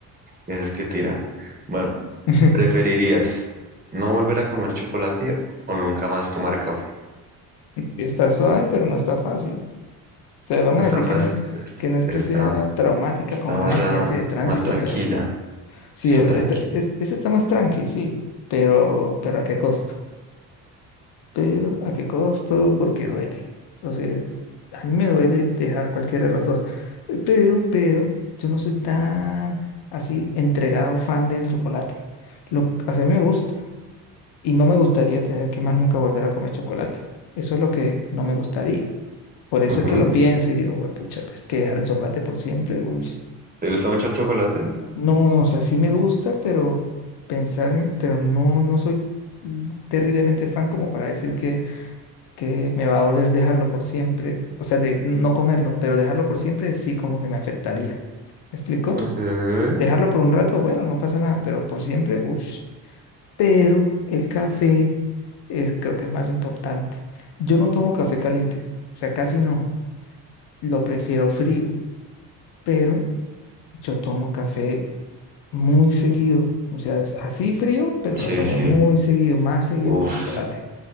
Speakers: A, on the right; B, on the left.
A: Esa es que tira. Bueno,
B: <laughs>
A: ¿preferirías no volver a comer chocolate o nunca más tomar café?
B: Está suave, pero no está fácil. O sea, vamos
A: No está
B: a decir
A: fácil,
B: que no,
A: pero está,
B: que no es
A: pero
B: que
A: está,
B: sea traumática
A: está
B: como
A: más,
B: un accidente
A: ah,
B: de tránsito,
A: más tranquila.
B: pero sí,
A: Está
B: es-
A: tranquila.
B: este- es- ese está más tranqui, sí, pero, pero ¿a qué costo? pero ¿a qué costo? Porque duele. O sea, a mí me duele dejar cualquiera de los dos. Eh, Pero, pero, yo no soy tan así entregado fan del chocolate. Lo, o sea, a mí me gusta y no me gustaría tener que más nunca volver a comer chocolate. Eso es lo que no me gustaría. Por eso
A: Ujú.
B: es que lo pienso y digo, pucha, es que dejar el chocolate por siempre, uy.
A: ¿Te gusta mucho el chocolate?
B: No, no, o sea, sí me gusta, pero pensar en, pero no, no soy mm, terriblemente fan como para decir que que me va a doler dejarlo por siempre, o sea, de no comerlo, pero dejarlo por siempre sí como que me afectaría. ¿Me explico?
A: Sí.
B: Dejarlo por un rato, bueno, no pasa nada, pero por siempre, uff. Pero el café es, creo que es más importante. Yo no tomo café caliente, o sea, casi no. Lo prefiero frío, pero yo tomo café muy seguido. O sea, es así frío, pero
A: Sí,
B: lo tomo
A: sí.
B: muy seguido, más seguido
A: Uf.
B: que el chocolate.